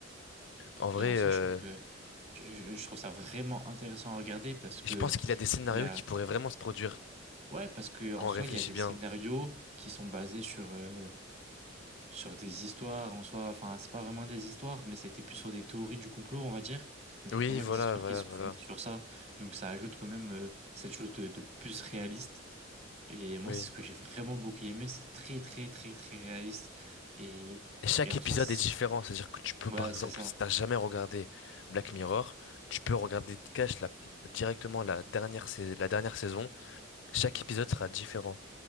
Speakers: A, on the left; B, on the right.
A: En vrai,
B: Et en soi,
A: euh,
B: je trouve que je, je- je trouve ça vraiment intéressant à regarder parce que
A: je pense qu'il y a des scénarios
B: il y a
A: qui pourraient vraiment se produire
B: ouais parce que en
A: quand
B: soi
A: on réfléchit
B: il y a des
A: bien.
B: scénarios qui sont basés sur euh, sur des histoires en soi. Enfin, c'est pas vraiment des histoires, mais c'était plus sur des théories du complot, on va dire. Donc
A: Oui,
B: il y a pas mal
A: voilà,
B: d'histoires
A: voilà,
B: qui sont
A: voilà.
B: fondées sur ça. Donc ça ajoute quand même euh, cette chose de, de plus réaliste. Et moi,
A: Oui.
B: c'est ce que j'ai vraiment beaucoup aimé. C'est très très très très réaliste. Et
A: Et chaque
B: et en
A: épisode
B: soi, c'est-
A: est différent, c'est-à-dire que tu peux,
B: ouais,
A: par exemple,
B: c'est ça.
A: si t'as jamais regardé Black Mirror, tu peux regarder Cash la, directement la dernière, sais- la dernière saison Chaque épisode sera différent.